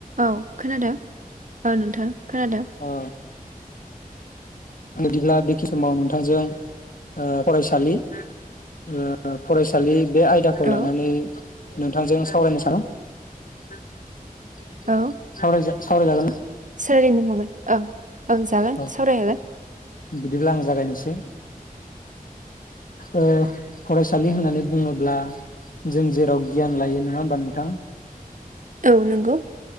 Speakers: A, on the right; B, on the left.
A: औ खोनादो। औ नोंथां खोनादो।
B: ओ बिदिब्ला बेखिनि समाव नोंथांजों ओ फरायसालि ओ फरायसालि बे आयदाखौ लानानै
A: औ
B: नोंथांजों सा सावरायनो सा <unintelligible>
A: औौ
B: सावराय जा सावराय जागोनना?
A: सावरायनो हागोन औ ओं जागोन
B: अ
A: सावरायजागोन
B: बिदिब्ला आं जागायनो सै। ओ फरायसालि होननानै बुङोब्ला जों जेराव गियान लायो नङा होमबा नोंथां।
A: औ नोंगौ।